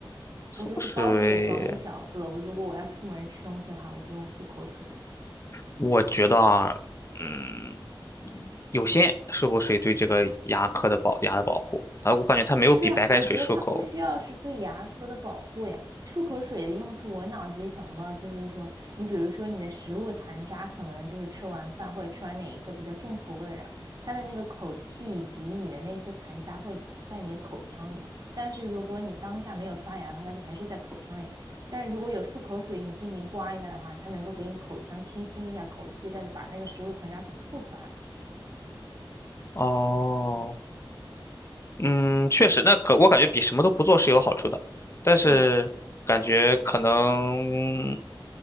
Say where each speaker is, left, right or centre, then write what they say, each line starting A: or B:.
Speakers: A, on the left; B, on the right.
A: 漱口水，
B: 我就是包里也装一小个，我如果我要出门吃东西的话，我就用漱口水了。
A: 我觉得啊，嗯，有限，漱口水对这个牙科的保牙的保护，它我感觉它没有比白开水漱口
B: 对啊，我觉得它不需要是对牙科的保护呀。漱口水的用处，我脑子里想到就是说，你比如说你的食物残渣，可能就是吃完饭或者吃完哪一个比较重口味儿的，它的那个口气以及你的那些残渣会在你的口腔里。但是如果你当下没有刷牙的话，它就还是在口腔里。但是如果有漱口水，你进行刮一下的话，它能够给你口腔清新一下口气，再把那个食物残渣给吐出来嘛。
A: 哦，嗯，确实，那可我感觉比什么都不做是有好处的，但是感觉可能，
B: 对啊，